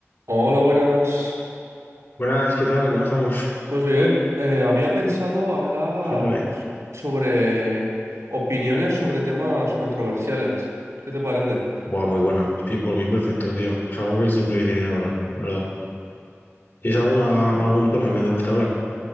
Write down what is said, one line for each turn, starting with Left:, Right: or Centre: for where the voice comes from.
Right: Hola, buenas.
Left: Buenas, ¿qué tal? ¿Cómo estamos?
Right: Pues bien, eh, había pensado hablar
Left: Cuéntame.
Right: sobre opiniones sobre temas controversiales. ¿Qué te parece?
Left: Buah, muy buena. Sí, por mí perfecto, tío. Es algo que siempre viene bien hablar, la ¿verdad? ¿Tienes alguna, algún tema que te gusta hablar?